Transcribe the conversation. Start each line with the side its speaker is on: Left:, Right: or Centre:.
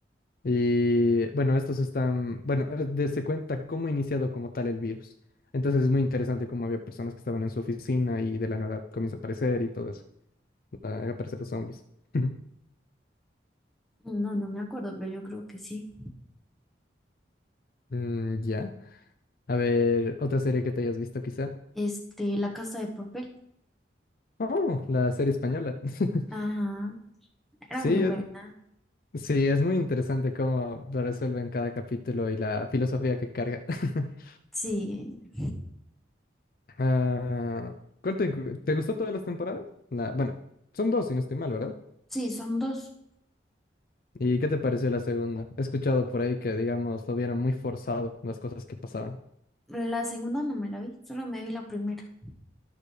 Left: Y bueno, estos están, bueno, eh, de- se cuenta cómo ha iniciado como tal el virus. Entonces es muy interesante cómo había personas que estaban en su oficina y de la nada comienza a aparecer y todo eso. A aparecer los zombies. <laughs>
Centre: No, no me acuerdo, pero yo creo que sí.
Left: Mm, ya. A ver, otra serie que te hayas visto quizá.
Centre: Este, La Casa de Papel.
Left: Oh, la serie española. <laughs>
Centre: Ajá, era
Left: Sí,
Centre: muy buena.
Left: eh, sí, es muy interesante cómo lo resuelven cada capítulo y la filosofía que carga. <laughs>
Centre: Sí.
Left: Ah, ¿cuál te, te gustó todas las temporadas? La, bueno, son dos, si no estoy mal, ¿verdad?
Centre: Sí, son dos.
Left: ¿Y qué te pareció la segunda? He escuchado por ahí que, digamos, lo vieron muy forzado las cosas que pasaban.
Centre: La segunda no me la vi, solo me vi la primera.